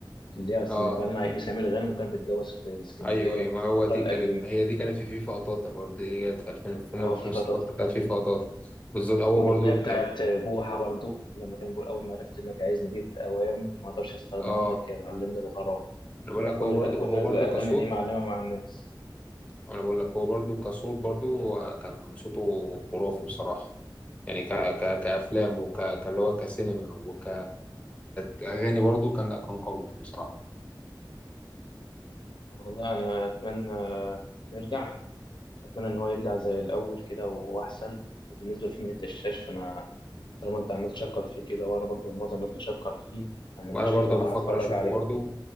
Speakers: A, on the left; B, on the left.
A: اللي هي
B: اه
A: اللي كان مع إيمي سمير غانم وكان بيتجوز في الإسكندرية
B: ايوه ايوه
A: في
B: ما هو
A: الفترة
B: دي
A: القديمة
B: كانت هي دي كانت في فيفا قطاطا برضه دي كانت في 2000
A: أه
B: في
A: في
B: نفس
A: فترة
B: الفتره بتاعت فيفا قطاطا بالظبط هو
A: والأغنية
B: برضه
A: بتاعت بوحة برضو لما كان بيقول أول ما عرفت إنك عايزني جيت أوام ما أقدرش أستغنى
B: اه
A: عنك يا معلمنا الغرام
B: انا بقول
A: لا
B: لك
A: كل
B: هو برضو
A: لا كل
B: هو
A: الأغاني
B: برضو كصوت
A: دي معلمة مع الناس
B: انا بقول لك هو
A: مم.
B: برضو كصوت برضو هو كان كان صوته خرافي بصراحة يعني ك ك كأفلام وك كاللي هو كسينما وك كأغاني برضو كان لا كان قوي بصراحة
A: والله أنا أتمنى نرجع أتمنى إن هو يرجع زي الأول كده وأحسن وبالنسبة لفيلم أنت الشاش فأنا طالما أنت عمال تشكر فيه كده وأنا برضو معظم الناس بتشكر فيه أنا
B: وانا
A: شكلي
B: برضو
A: هروح
B: بفكر
A: أتفرج
B: اشوفه
A: عليه
B: برضو